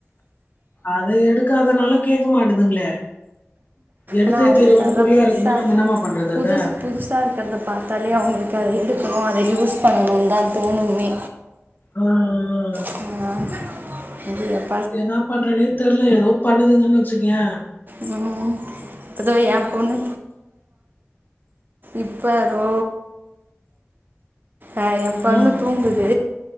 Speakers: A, on the left; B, on the right.
A: அத எடுக்காதனாலு கேக்க மாட்டுதுங்ளே எடுத்தே
B: ஆனா அவங்களுக்கு
A: தீருவன்
B: அதெல்லா
A: குறியா
B: புதுசா
A: இருக்குமோ
B: இருக்கு
A: நம்ம இன்னாமா பண்றது
B: புதுசு
A: அத
B: புதுசா இருக்கிறத பாத்தாலே அவுங்ளுக்கு அத எடுக்கணோ அத யூஸ் பண்ணணுந்தா தோணுமே
A: ஆ ஆ
B: <unintelligible> இங்கியப்
A: என்னா பண்றேனே தெர்ல ஏதோ பண்ணதுங்கன் வெச்சுக்குயே
B: ம் இப்ப தோ எ பொண்ணு இப்ப தோ ஆ எ பொண்ணு
A: ம்.
B: தூங்குது